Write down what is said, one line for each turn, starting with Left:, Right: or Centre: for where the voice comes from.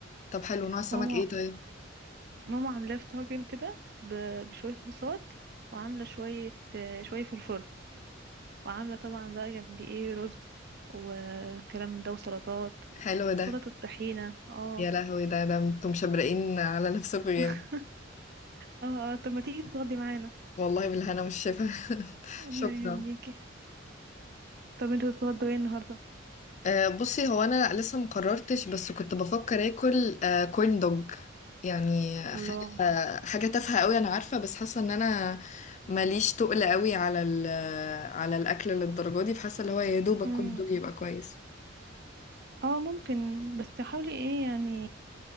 Left: طب حلو نوع السمك
Right: ماما
Left: ايه طيب
Right: ماما عاملاه في طاجن كده ب- بشوية صوصات وعاملة شوية آه، شوية فلفل وعاملة طبعا بقى جنبي ايه رز وكلام من ده وسلطات
Left: حلو
Right: سلطة
Left: ده
Right: طحينة اه
Left: يا لهوي ده ده انتوا مشبرقين على نفسكم جامد
Right: <laughs> اه اه طب ما تيجي تتغدي معانا
Left: والله بالهنا والشفا <laughs>
Right: الله
Left: شكرا
Right: يهنيكي طب انتوا تتغدوا ايه النهاردة
Left: أه بصي هو انا لسه مقررتش بس كنت بفكر اكل أه كورن دوج يعني
Right: الله
Left: حاجه آه، حاجه تافهه قوي انا عارفه بس حاسه ان انا ماليش تقل قوي على ال- على الاكل للدرجه دي فحاسه اللي هو يا دوبك
Right: امم
Left: كورن دوج يبقى كويس
Right: اه ممكن بس حاولي ايه يعني